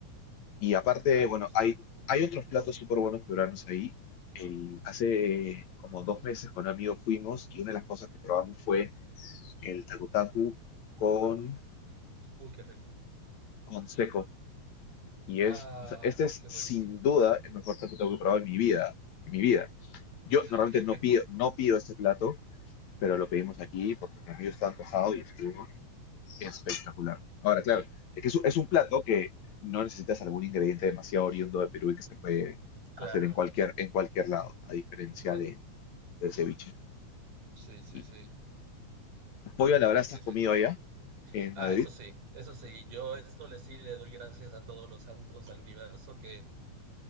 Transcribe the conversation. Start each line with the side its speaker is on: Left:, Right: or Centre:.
Left: Y aparte,
Right: Ay,
Left: bueno,
Right: pues.
Left: hay, hay otros platos súper buenos peruanos ahí. El- hace como dos meses con un amigo fuimos y una de las cosas que probamos fue el takutaku con,
Right: Uy, qué rico.
Left: con seco. Y
Right: Ah,
Left: es, o sea, este es
Right: qué buenísimo.
Left: sin duda el mejor takutaku que he probado en mi vida, en mi vida. Yo
Right: <laughs>
Left: normalmente no pido, no pido este plato, pero lo pedimos aquí porque mi amigo está antojado y estuvo espectacular. Ahora, claro, es que es un, es un plato que no necesitas algún ingrediente demasiado oriundo de Perú y que se puede
Right: Claro,
Left: hacer en cualquier, en cualquier lado, a diferencia
Right: sí,
Left: de, del ceviche.
Right: sí, sí,
Left: Y
Right: sí.
Left: pollo
Right: Sí,
Left: a la brasa
Right: sí, sí,
Left: has
Right: sí.
Left: comido allá en
Right: Ah,
Left: Madrid.
Right: eso sí, eso sí. Yo esto le sí le doy gracias a todos los santos, al universo, que,